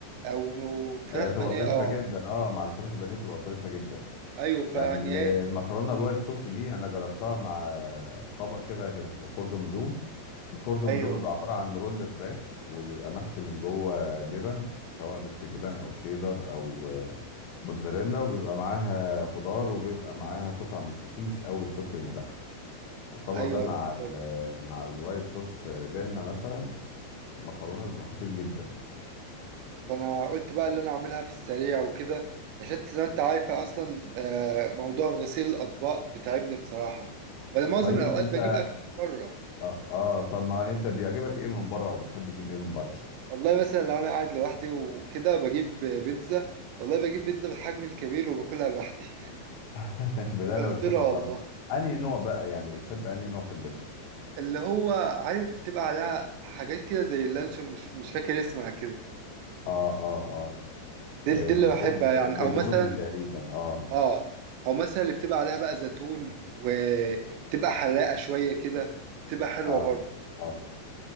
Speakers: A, on the right; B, on the left.
A: او فراخ
B: هي تبقى
A: بانيه
B: ظريفة
A: اه
B: جدا اه مع الفراخ البانيه تبقى ظريفة جدا
A: ايوه فيعني
B: يعني ال-
A: ايه
B: المكرونه الوايت صوص دي انا جربتها مع طبق كده كان اسمه كوردون بلو الكوردون
A: ايوه
B: بلو بيبقى عباره عن رول فراخ وبيبقى محشي من جوه جبن سواء ميكس جبن او شيدر او موتزاريلا وبيبقى معاها خضار وبيبقى معاها قطع من السوسيس او الترك المدخن الطبق
A: ايوه
B: ده مع
A: بالظبط
B: ال مع الوايت صوص بينا مثلا المكرونه بيبقى خطير جدا
A: فانا قلت بقى اللي انا اعملها في السريع وكده عشان زي ما انت عارفه اصلا آه، موضوع غسيل الاطباق بتعبني بصراحه ولا معظم
B: طيب
A: الاوقات
B: انت
A: بجيب اكل بره
B: اه, آه طب ما انت بيعجبك ايه من بره وبتحب تجيب ايه من بره
A: والله مثلا لو انا قاعد لوحدي وكده بجيب بيتزا والله بجيب بيتزا بالحجم الكبير وباكلها لوحدي
B: <laughs> بالهنا
A: <laughs> بفطرها
B: والشفا
A: والله
B: طب انهي نوع بقى يعني بتحب انهي نوع في البيتزا
A: اللي هو عارف بتبقى عليها حاجات كده زي اللانشون مش مش فاكر اسمها كده
B: اه اه اه
A: دي
B: آه،
A: دي
B: بيبروني
A: اللي بحبها يعني
B: بيبروني
A: او مثلا
B: تقريبا اه
A: اه او مثلا اللي بتبقى عليها بقى زيتون وتبقى حراقه شويه كده بتبقى حلوه
B: اه
A: برضه
B: اه